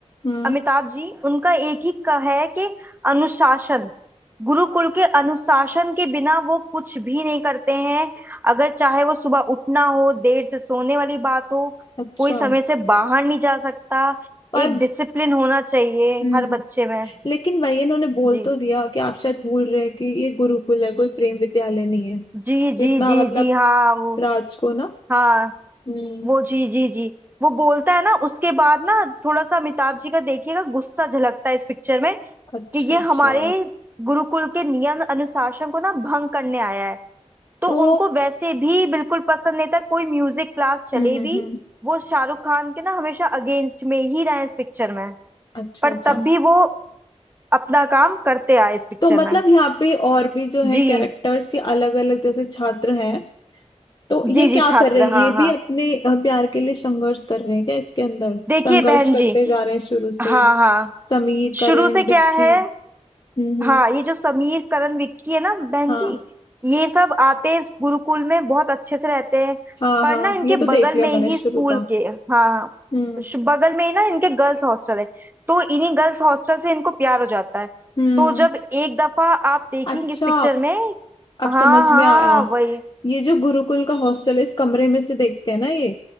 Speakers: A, on the left; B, on the right.
A: हम्म
B: अमिताभ जी उनका एक ही का है कि अनुशासन गुरुकुल के अनुशासन के बिना वो कुछ भी नहीं करते हैं अगर चाहे वो सुबह उठना हो देर से सोने वाली बात हो
A: अच्छा
B: कोई समय से बाहर नहीं जा सकता
A: पर
B: एक डिसिप्लिन होना चाहिए
A: हम्म
B: हर बच्चे में
A: लेकिन वही इन्होंने बोल
B: जी
A: तो दिया कि आप शायद भूल रहे हैं कि ये गुरुकुल है कोई प्रेम विद्यालय नहीं है
B: जी जी
A: इतना
B: जी
A: मतलब
B: जी हाँ वो
A: राज को ना
B: हाँ
A: हम्म
B: वो जी जी जी वो बोलता है ना उसके बाद ना थोड़ा सा अमिताभ जी का देखिएगा गुस्सा झलकता है इस पिक्चर में
A: अच्छा
B: कि ये
A: अच्छा
B: हमारे गुरुकुल के नियम अनुशासन को ना भंग करने आया है तो
A: तो
B: उनको वैसे भी बिल्कुल पसंद नहीं था कोई म्यूजिक क्लास चले
A: हम्म हम्म
B: भी
A: हम्म,
B: वो शाहरुख खान के ना हमेशा अगेंस्ट में ही रहे इस पिक्चर में
A: अच्छा
B: पर
A: अच्छा
B: तब भी वो अपना काम करते आए इस पिक्चर
A: तो मतलब
B: में
A: यहाँ पे और भी जो है
B: जी
A: कैरेक्टर्स ये अलग अलग जैसे छात्र हैं तो ये
B: जी जी
A: क्या
B: छात्र
A: कर रहे हैं ये
B: हाँ हाँ
A: भी अपने अ, प्यार के लिए संघर्ष कर रहे हैं क्या इसके अंदर
B: देखिए
A: संघर्ष
B: बहन
A: करते
B: जी
A: जा रहे हैं शुरू
B: हाँ
A: से
B: हाँ
A: समीर
B: शुरू
A: करण
B: से क्या
A: विक्की
B: है
A: हम्म हम्म
B: हाँ ये जो समीर करण विक्की है ना बहन
A: हाँ
B: जी ये सब आते हैं इस गुरुकुल में बहुत अच्छे से रहते हैं
A: हाँ
B: पर
A: हाँ
B: ना इनके
A: ये
B: बगल
A: तो देख लिया
B: में
A: मैंने
B: ही
A: शुरू
B: स्कूल
A: का
B: के हाँ हाँ,
A: हम्म
B: श- बगल में ही ना इनके गर्ल्स हॉस्टल है तो इन्हीं गर्ल्स हॉस्टल से इनको प्यार हो जाता है
A: हम्म
B: तो जब एक दफा आप देखेंगे
A: अच्छा
B: इस पिक्चर में
A: अब
B: हाँ
A: समझ
B: हाँ
A: में आया
B: वही
A: ये जो गुरुकुल का हॉस्टल है इस कमरे में से देखते हैं ना ये